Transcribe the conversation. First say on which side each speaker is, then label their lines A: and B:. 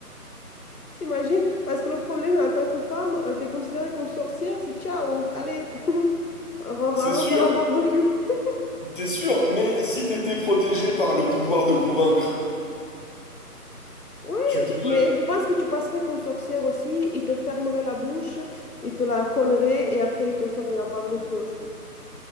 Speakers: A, on the left; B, on the left.
A: T'imagines? Parce que le problème, en tant que femme, euh, t'es considérée comme sorcière, c'est ciao, allez, <laughs> on va-
B: c'est
A: allons
B: sûr.
A: faire un barbecue. <laughs>
B: T'es sûr, mais si t'étais protégé par le pouvoir de convaincre,
A: Oui,
B: tu pourrais.
A: mais je pense que tu passerais comme sorcière aussi, ils te fermeraient la bouche, ils te la colleraient et après ils te feraient un barbecue aussi.